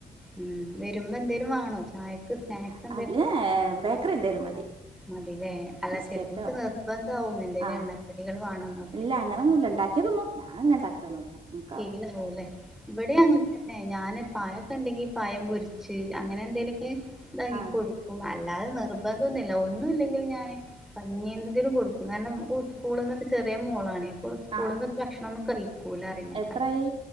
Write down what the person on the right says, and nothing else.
<unintelligible> ബേക്കറി എന്തേലും മതി
ബിസ്ക്കറ്റോ
ആ
ഇല്ല അങ്ങനൊന്നു ഇല്ല ഉണ്ടാക്കിയ തിന്നും ഞാൻണ്ടാക്കലൊന്നും ഇല്ല ഉം
ആഹ്
ആഹ്
എത്രായി